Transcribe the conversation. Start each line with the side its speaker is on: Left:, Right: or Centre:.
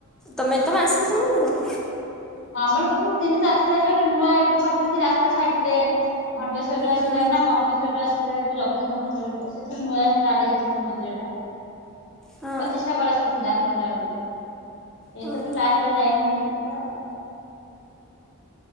Centre: ତମେ ତମେ ଆସିବ ସମ୍ବଲପୁର।
Left: ସମ୍ବଲପୁର ମୁଁ ତିନି ଚାରି ଥର ଯାଇଛି ନୂଆ ଏବେ କରିଛନ୍ତି ରାସ୍ତା ସାଇଡ଼ ରେ। ଘଣ୍ଟେସ୍ୱରୀ ରୁ ଆସିଲାଣି
Centre: ହୁଁ
Left: ନା ବଙ୍କେଶ୍ୱରରୁୁ ଆସି ସେ ଜଗନ୍ନାଥ ମନ୍ଦିର ଗୋଟେ ସେ ନୂଆ ଷ୍ଟାର୍ଟ ହେଇଥିଲା ସେ ମନ୍ଦିର ଟା।
Centre: ହଁ
Left: ପ୍ରତିଷ୍ଠା କରା ସରିଥିଲା ଆମେ ଗଲା ବେଳକୁ
Centre: ହଁ
Left: ଏଇଥର ଲାଷ୍ଟ୍ ଟା ଯାଇନୁ ସମ୍ବଲପୁର ଆଉ।